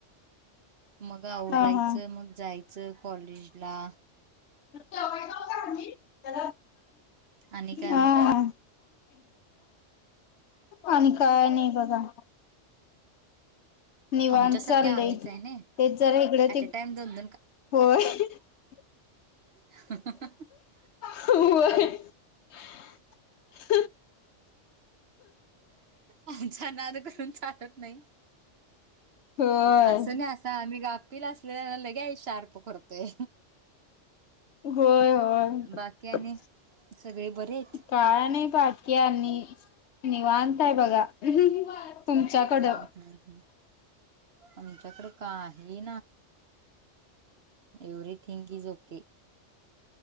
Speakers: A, on the right (about 55°); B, on the left (about 65°).
A: मग आवरायचं
B: हा हा
A: मग जायचं कॉलेजला
B: यो का आम्ही <inaudible>
A: आणि काय
B: आ
A: मग
B: आणि काय नही बघा निवाण
A: आमच्यासारख्या
B: चालंय
A: आम्हीच
B: तेच
A: आहे ना
B: जरा इकडं ते
A: ऍट अ टाइम दोन
B: होय <inaudible>
A: ह ह
B: होय <unintelligible>
A: आमचा नाद करून चालत नाही
B: होय
A: असं नाही असा आम्ही ग कपिला असलेल्या लगे शार्प करतोय
B: होय होय
A: बाकी आणि
B: <unintelligible>
A: सगळे बरे आहेत.
B: काय नाही बाकी आणि निवांतय बघा तुमच्याकडं
A: हम्म हम्म हम्म आमच्याकडे काही एव्हरिथींग इज ओके